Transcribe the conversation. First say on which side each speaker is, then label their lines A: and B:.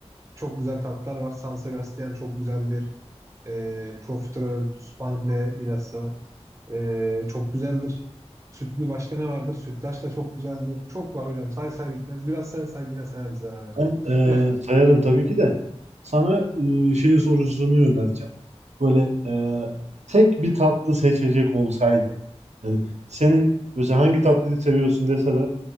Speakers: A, on the right; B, on the right.
A: çok güzel tatlılar var. San Sebastian çok güzeldir. E, profiterol, spangle bilhassa. Ee, çok güzeldir. Sütlü başka ne vardır? Sütlaç da çok güzeldir. Çok var hocam. Say say bitmez. Biraz sen say yine sayarız beraber.
B: Ben eee,
A: <laughs>
B: sayarım tabii ki de. Sana eee, şey sorusunu yönelteceğim. Böyle eee, tek bir tatlı seçecek olsaydın. Yani senin mesela hangi tatlıyı seviyorsun deseler.